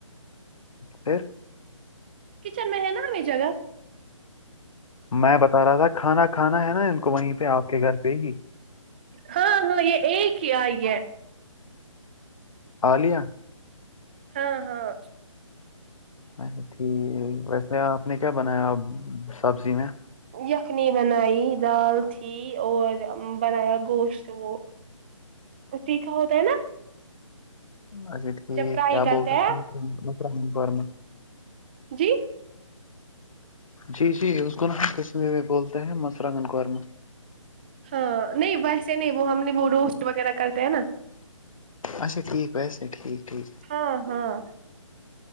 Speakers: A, on the left; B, on the right.
A: پھر
B: کچن میں ہے نا لے جائیگا
A: میں بتا رہا تھا کھانا کھانا ہے نا ان کو وہی پہ آپ کے گھر پہ ہی
B: ہاں ہاں یہ ایک ہی آئی ہے
A: عالیہ
B: ہاں ہاں
A: اچھا ٹھیک ویسے آپ نے کیا بنایا سبزی میں
B: یخنی بنائی دال تھی اور بنایا گوشت وہ وہ تیکھا ہوتا ہے نا
A: اچھا ٹھیک
B: جب فرائی
A: کیا
B: کرتے
A: بول <unintelligible>
B: ہیں
A: س مگ مرانگ پم
B: جی
A: جی جی اسکو نہ کچھ میں بولتے ہیں <unintelligible> قورما
B: ہاں نہیں ویسے نہیں وہ ہم نے وہ روسٹ وغیرہ کرتے ہیں نا
A: اچھا ٹھیک ویسے ٹھیک ٹھیک
B: ہاں ہاں